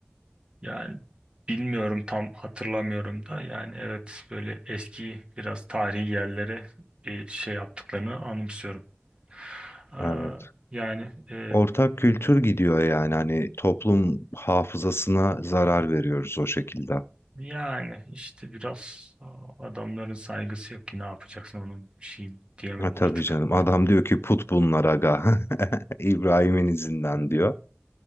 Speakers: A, on the right (about 25°); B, on the left (about 65°).
A: Yani bilmiyorum tam hatırlamıyorum da yani evet böyle eski biraz tarihi yerlere bir şey yaptıklarını anımsıyorum. Aa,
B: Evet.
A: yani e,
B: Ortak kültür gidiyor yani hani toplum hafızasına zarar veriyoruz o şekilde.
A: yani işte biraz aa, adamların saygısı yok ki ne yapacaksın onun bir şey diyemem
B: Ha, tabii
A: artık.
B: canım adam diyor ki put bunlar aga <laughs> İbrahim'in izinden diyor.